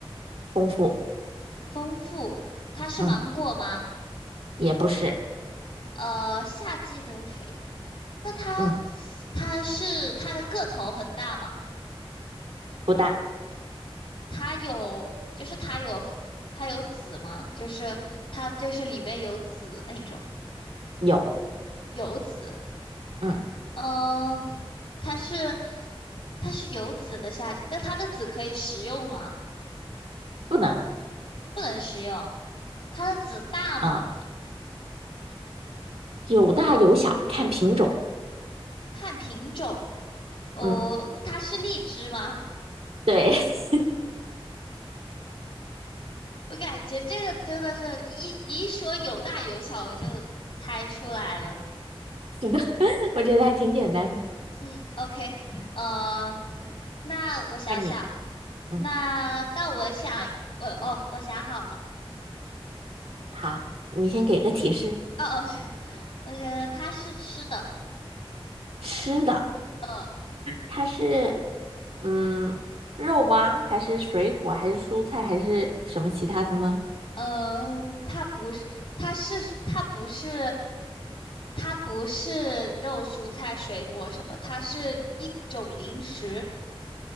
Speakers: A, on the right (about 85°); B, on the left (about 65°).
A: 丰富，
B: 丰富。它是芒果吗？
A: 嗯，也不是，
B: 呃，夏季的水，那它
A: 嗯，
B: 它是它的个头很大吗？
A: 不大，
B: 它有就是它有它有籽吗？就是它就是里面有籽那种
A: 有，
B: 有籽，
A: 嗯，
B: 嗯、呃它是它是有籽的夏季，但它的籽可以食用吗？
A: 不能，
B: 不能食用。它的籽大吗？
A: 啊，有大有小，看品种，
B: 看品种。哦，
A: 嗯，
B: 它是荔枝吗？
A: 对，<laughs>
B: 我感觉这个真的是一一说有大有小，我就猜出来了。
A: 是的，我觉得还挺简单的。
B: 嗯，OK，呃，那我想想，
A: 换你，嗯。
B: 那到我想，我哦，我想好了，
A: 好，你先给个提示，
B: 哦哦，是，呃，它是吃的，
A: 吃的，
B: 嗯
A: 它是嗯肉吗？还是水果？还是蔬菜？还是什么其他的呢？
B: 嗯，它不是，它是它不是，它不是肉、蔬菜、水果什么，它是一种零食，